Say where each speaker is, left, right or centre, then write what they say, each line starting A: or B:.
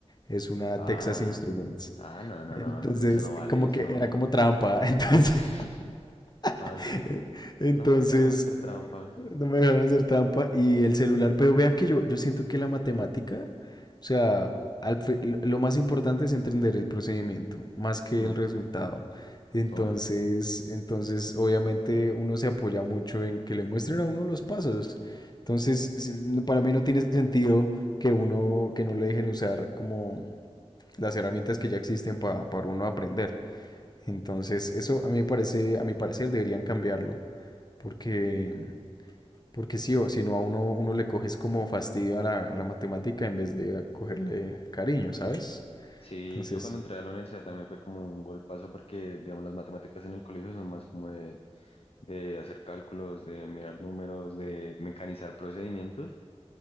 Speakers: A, on the left; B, on the left.
A: es una
B: Ah,
A: Texas Instruments.
B: ah, no, no,
A: Entonces,
B: no, no, no, eso no vale,
A: como
B: eso
A: que
B: no
A: era
B: vale.
A: como trampa. <laughs> Entonces,
B: <laughs> Ah,
A: <laughs>
B: sí.
A: entonces
B: No me dejaron hacer trampa.
A: no me dejaron hacer trampa y el celular, pero vea que yo, yo siento que la matemática, o sea, al fi- lo lo más importante es entender el procedimiento, más que
B: Mm,
A: el resultado. Entonces,
B: obvio.
A: entonces, obviamente uno se apoya mucho en que le muestren a uno los pasos. Entonces, si- no- para mí no tiene sentido que uno, que no le dejen usar como las herramientas que ya existen pa- para uno aprender. Entonces, eso a mí me parece, a mi parecer deberían cambiarlo, porque porque sí, o si no a uno, uno le coges como fastidio a la, a la matemática en vez de a cogerle cariño, ¿sabes?
B: Sí,
A: Entonces,
B: yo cuando entré a la universidad también fue como un golpazo porque, digamos, las matemáticas en el colegio son más como de de hacer cálculos, de mirar números, de mecanizar procedimientos.